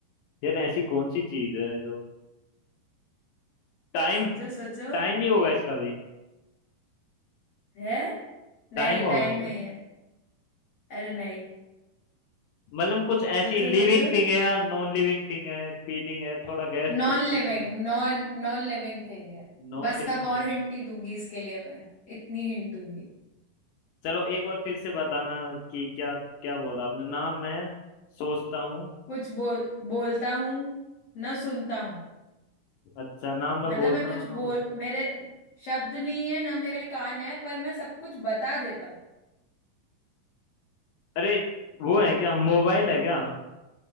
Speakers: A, on the left; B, on the left.
A: यार ऐसी कौन सी चीज है जो टाइम
B: सोचो सोचो
A: टाइम ही होगा इसका भी
B: है नहीं
A: टाइम होगा
B: टाइम
A: क्या
B: नहीं है अरे नहीं
A: मतलब कुछ ऐसी
B: सोचो
A: लिविंग
B: सोचो
A: थिंग है या नॉन लिविंग थिंग है फीलिंग है थोड़ा गैस
B: Non
A: तो
B: living
A: करो
B: non non living thing है
A: Non
B: बस
A: living
B: अब और
A: thing
B: हिंट ही दूंगी इसके लिए मैं इतनी हिंट दूंगी
A: चलो एक बार फिर से बताना कि क्या क्या बोला आपने ना मैं सोचता हूँ
B: कुछ बोल बोलता हूँ ना सुनता हूँ
A: अच्छा ना मैं
B: मतलब
A: बोलता
B: मैं कुछ
A: हूँ ना
B: बोल
A: मैं सुनता
B: मेरे शब्द नहीं है ना मेरे कान है पर मैं सब कुछ बता देता हूँ
A: हूँ। अरे वो है क्या मोबाइल है क्या